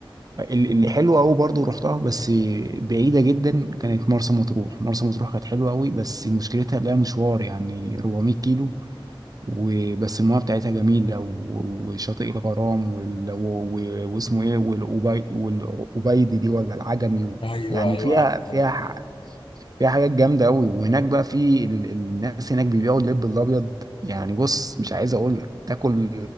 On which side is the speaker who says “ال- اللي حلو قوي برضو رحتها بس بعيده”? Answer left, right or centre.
Right